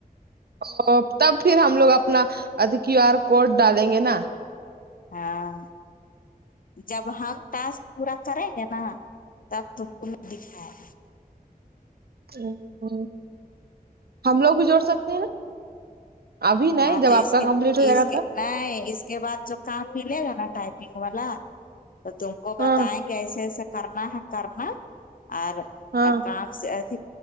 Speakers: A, on the right; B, on the left.
A: او تب پھر ہم لوگ اپنا ادھی کیو آر کوڈ ڈالیں گے نا
B: ہاں جب ہم ٹاسک پورا کریں گے نا تب تم کو میں دکھایاں
A: ا ہم لوگ بھی جوڑ سکتے ہیں نا ابھی نہیں
B: ہاں
A: جب
B: تو
A: آپ
B: اس
A: کا
B: کے
A: کمپلیٹ ہو جائے
B: اس
A: گا
B: کے
A: تو
B: نہیں اس کے بعد جو کام ملے گا نا ٹائپنگ والا تو تم کو بتائیں
A: ہاں
B: کے ایسے ایسے کرنا ہے کرنا اور
A: ہاں
B: کام سے ادھی